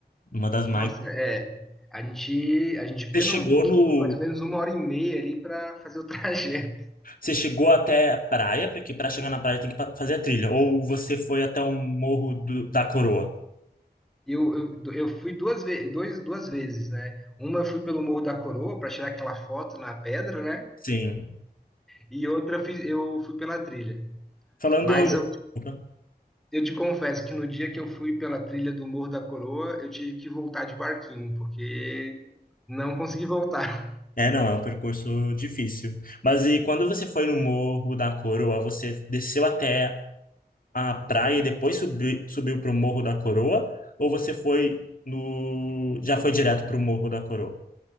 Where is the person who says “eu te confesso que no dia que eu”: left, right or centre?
Centre